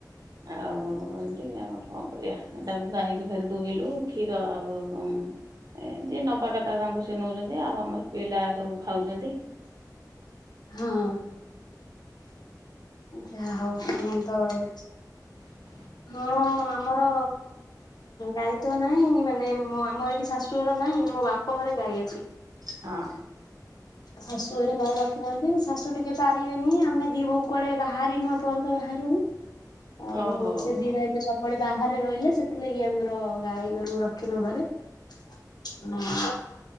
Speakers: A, on the right (about 60°); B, on the left (about 70°).
A: ଆଉ ଏମିତି ଆଉ କଣ କରିବା ତାକୁ ଗାଈକି ଫେରେ ଦୁଇଁଲୁ କ୍ଷୀର ଆଉ ଉଁ। ଏ ଯିଏ ନବା କଥା ତାଙ୍କୁ ସିଏ ନେଉଚନ୍ତି ଆଉ ଆମର ପିଲା ସବୁ ଖାଉଚନ୍ତି।
B: ହଁ ଯାହା ହୋଉ ଆମର ତ
A: ହ
B: ହଁ ଆମର ଗାଈ ତ ନାହିଁ ମାନେ ଆମର ଏଇଠି ଶାଶୁ ଶାଶୁ ଘରେ ନାହିଁ ମୋ ବାପ ଘରେ ଗାଇ ଅଛି।
A: ହଁ।
B: ଶାଶୁ ଘରେ ଗାଈ ରଖିନାହାନ୍ତି ଶାଶୁ ଟିକେ ପାରିବେନି ଆମେ ଦି ବୋହୂ କୁଆଡେ ବାହାରିନୁ ଏ ପର୍ଯ୍ୟନ୍ତ ବାହାରୁକୁ।
A: ହଁ
B: ଆଉ
A: ହୁଁ।
B: ସେ ଦିଇ ଭାଇ ସେ ସବୁବେଳେ ବାହାରେ ରହିଲେ ସେଥିଲାଗି ଆମର ଗାଈ ଗୋରୁ ରଖିନୁ ଘରେ। ହୁଁ।